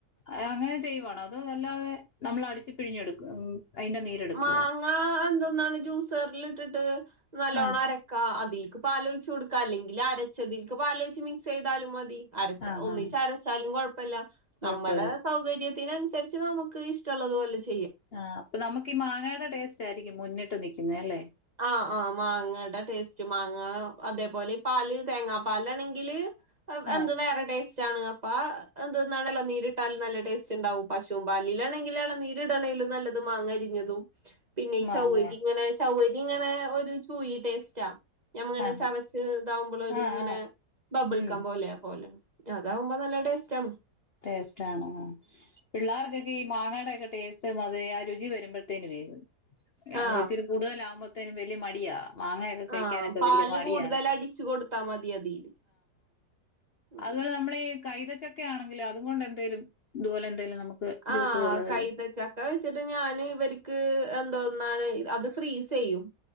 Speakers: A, on the left; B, on the right.
A: ഏ അങ്ങനെ ചെയ്യുവാണൊ അതൊ അല്ലാതെ നമ്മളടിച്ച് പിഴിഞ്ഞെടുക്ക് ഉം അതിന്റെ നീരെടുക്കുവോ
B: മാങ്ങാ അന്നാണ് ജൂസർല്ട്ട്ട്ട് നല്ലോണരക്ക
A: ആ
B: അ തീക്ക് പാലൊയ്ചൊട്ക അല്ലെങ്കില് അരച്ചതിക്ക് പാലൊയ്ച്ച് മിക്സെയ്താലും മതി അരച്ച
A: ആ
B: ഒന്നിച്ചരച്ചാലും
A: ആ
B: കൊഴ് പ്പല്ല
A: കുഴപ്പമില്ല
B: നമ്മടെ സൗകര്യ തിനൻസരിച്ച് നമുക്ക് ഇഷ്‌ടള്ളതു വോലെ ച്
A: ആ അപ്പൊ നമുക്കി മാങ്ങെ ൻ്റെ ടേസ്‌സ്റ്റ് ആയിരിക്കും മുന്നിട്ട് നിക്ക്ന്നെ അല്ലെ
B: ആഹ് ആഹ് മാങ്ങടെ ടേസ്റ്റ് മാങ്ങ അതെ പോലെ പാല് തേങ്ങാപാലാണെങ്കില് അപ്
A: ആ
B: എന്ത് വേറെ ടേസ് താണ് അപ്പാ എന്തുന്നാണലെ നീര്ട്ടാലും നല്ല ടേസ്റ്റ്ണ്ടാവും പശൂം പാലിലാണെങ്കിലാണ് നീ ത്‌ട്ണെയ്ലും നല്ലത് മാങ്ങ അരിഞ്ഞതും പിന്നെയി
A: മാങ്ങ
B: ചവ്വക്കിങ്ങനെ ചവ്വ ഇങ്ങനെ ഒരു ചുയി ടേസ്റ്റ ഞമ്മളങ്ങനെ
A: ആ
B: ചവച്ച് ഇതാവുമ്പളൊരു
A: ആ
B: ഇങ്ങനെ
A: ആ
B: ബബിൾഗം
A: ഉം
B: പോലേ പോലെയാണ് അതാവുമ്പൊ നല്ല ടേ <unintelligible>
A: ടേസ്റ്റ് ആണ് പുള്ളർക്കൊക്കെ ഏ മാങ്ങാ ഒക്കെ ടേസ്റ്റ് ആ രുചി വരുമ്പോഴേക്കൊക്കെയേ അങ്ങ്
B: ആ
A: ഇച്ചിരി കൂടുതലാകുമ്പോ ഇതിനു വലിയ മടിയ മാങ്ങാ ഒകെ കഴിക്കാനൊക്കെ
B: ആ പാല്
A: വലിയ മടിയാണേ
B: കൂടുതൽ അടിച്ചു കൊടുത്താ മതി അതില് ഉം
A: അതേപോലെ ഈ കൈതച്ചക്ക എങ്കിൽ അതുകൊണ്ടെന്തേലും ഇതുപോലെ എന്തേലും നമുക്ക് ജ്യൂസ്
B: ആ
A: പോലെ വല്ലോം
B: കൈതച്ചക്ക വെച്ചിട്ട് ഞാൻ ഇവർക്ക് എന്തോന്നു ആണ് അത് ഫ്രീസ് ചെയ്യും